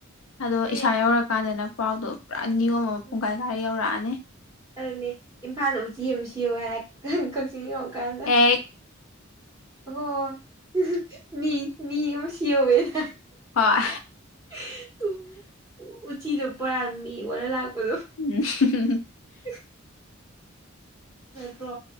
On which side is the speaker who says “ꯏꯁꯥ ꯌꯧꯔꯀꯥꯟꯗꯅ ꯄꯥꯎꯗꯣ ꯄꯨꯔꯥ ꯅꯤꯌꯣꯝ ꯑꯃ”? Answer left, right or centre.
Left